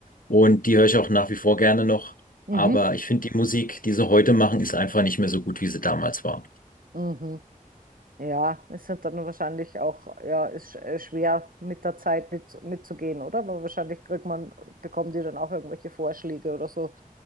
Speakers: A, on the left (about 70°); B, on the right (about 75°).
A: Und die höre ich auch nach wie vor gerne noch.
B: mhm,
A: Aber ich finde die Musik, die sie heute machen, ist einfach nicht mehr so gut, wie sie damals war.
B: mhm. Ja, es sind dann wahrscheinlich auch, ja, ist sch- äh, schwer mit der Zeit mit, mitzugehen, oder? Weil wahrscheinlich kriegt man, bekommen die dann auch irgendwelche Vorschläge oder so,